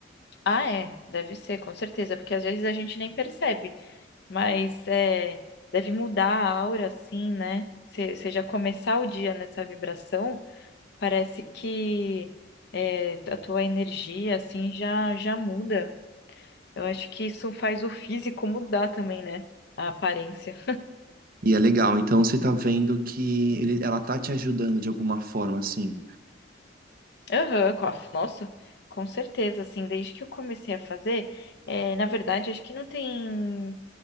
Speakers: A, on the left; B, on the right.
A: Ah, é, deve ser, com certeza, porque às vezes a gente nem percebe. Mas é, deve mudar a aura, assim, né? Se, se já começar o dia nessa vibração, parece que é, a tua energia, assim, já, já muda. Eu acho que isso faz o físico mudar também, né? A aparência.
B: E é legal, então você tá vendo que ele- ela tá te ajudando de alguma forma, assim.
A: Aham, com a- nossa, com certeza, assim, desde que eu comecei a fazer, é, na verdade, acho que não tem,